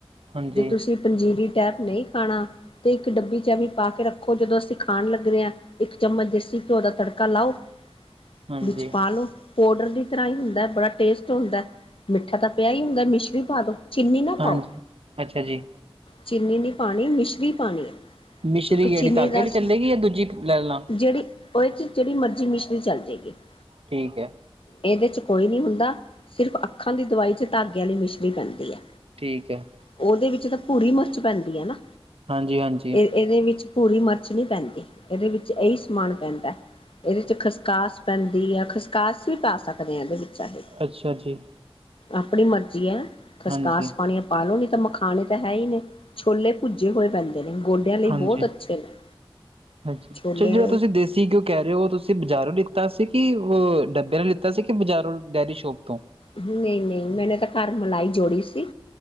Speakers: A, on the right (about 85°); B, on the left (about 70°).
A: ਹਾਂਜੀ
B: ਜੇ ਤੁਸੀਂ ਪੰਜੀਰੀ ਟੈਪ ਨਹੀਂ ਖਾਣਾ ਤੇ ਇੱਕ ਡੱਬੀ ਚ ਐਵੀਂ ਪਾ ਕੇ ਰੱਖੋ। ਜਦੋਂ ਅਸੀਂ ਖਾਣ ਲੱਗਦੇ ਆ, ਇੱਕ ਚਮਚ ਦੇਸੀ ਘਿਓ ਦਾ ਤੜਕਾ ਲਾਓ
A: ਹਾਂਜੀ
B: ਵਿੱਚ ਪਾ ਲੋ ਪੋਡਰ ਦੀ ਤਰ੍ਹਾਂ ਈ ਹੁੰਦਾ ਬੜਾ ਟੇਸਟ ਹੁੰਦਾ। ਮਿੱਠਾ ਤਾਂ ਪਿਆ ਈ ਹੁੰਦਾ, ਮਿਸ਼ਰੀ ਪਾ ਦੋ, ਚੀਨੀ
A: ਹਾਂਜੀ
B: ਨਾ ਪਾਓ।
A: ਅੱਛਾ ਜੀ।
B: ਚੀਨੀ ਨਈ ਪਾਨੀ, ਮਿਸ਼ਰੀ ਪਾਣੀ ਏ।
A: ਮਿਸ਼ਰੀ
B: ਤੁ ਚੀਨੀ
A: ਕਿਹੜੀ ਧਾਗੇ
B: ਦੱਸ,
A: ਆਲੀ ਚੱਲੇਗੀ ਜਾਂ ਦੂਜੀ ਲੈ ਲਾਂ
B: ਜਿਹੜੀ ਉਹ ਚ ਜਿਹੜੀ ਮਰਜ਼ੀ ਮਿਸ਼ਰੀ ਚੱਲ ਜਾਏਗੀ ਗਈ। ਹ <inaudible>
A: ਠੀਕ ਹੈ।
B: ਇਹਦੇ ਚ ਕੋਈ ਨਈ ਹੁੰਦਾ, ਸਿਰਫ਼ ਅੱਖਾਂ ਦੀ ਦਵਾਈ ਚ ਧਾਗੇ ਵਾਲੀ ਮਿਸ਼ਰੀ ਪੈਂਦੀ ਹੈ।
A: ਠੀਕ ਹੈ।
B: ਉਹਦੇ ਵਿੱਚ ਤਾਂ ਭੂਰੀ ਮਰਚ ਪੈਂਦੀ ਹੈ ਨਾ।
A: ਹਾਂਜੀ, ਹਾਂਜੀ।
B: ਇਹ ਇਹਦੇ ਵਿੱਚ ਭੂਰੀ ਮਰਚ ਨਈ ਪੈਂਦੀ। ਇਹਦੇ ਵਿੱਚ ਇਹੀ ਸਮਾਨ ਪੈਂਦਾ। ਇਹਦੇ ਚ ਖਸਕਾਸ ਪੈਂਦੀ ਹੈ। ਖਸਕਾਸ ਵੀ ਪਾ ਸਕਦੇ ਹਾਂ ਇਹਦੇ ਵਿੱਚ ਚਾਹੇ,
A: ਅੱਛਾ ਜੀ
B: ਆਪਣੀ ਮਰਜ਼ੀ ਹੈ। ਖਸਕਾਸ
A: ਹਾਂਜੀ
B: ਪਾਣੀ ਏ ਪਾ ਲੋ, ਨੀ ਤਾਂ ਮਖਾਣੇ ਤਾਂ ਹੈ ਹੀ ਨੇ, ਛੋਲੇ ਭੁੱਜੇ ਹੋਏ। ਗੋਡੀਆਂ ਲਈ
A: ਹਾਂਜੀ
B: ਬਹੁਤ ਅੱਛੇ ਨੇ,
A: ਹਾਂਜੀ।
B: ਛੋਲੇ।
A: ਚਲ ਜਿਹੜਾ ਤੁਸੀਂ ਦੇਸੀ ਘਿਓ ਕਹਿ ਰਹੇ ਹੋ ਤੁਸੀਂ ਬਜ਼ਾਰੋਂ ਲਿੱਤਾ ਸੀ, ਕਿ ਉਹ ਡੱਬੇ ਆਲਾ ਲਿੱਤਾ ਸੀ, ਕਿ ਬਜ਼ਾਰੋਂ ਡੇਅਰੀ ਸ਼ੋਪ ਤੋਂ?
B: ਨਹੀਂ ਨਹੀਂ, ਮੈਨੇ ਤਾਂ ਘਰ ਮਲਾਈ ਜੋੜੀ ਸੀ।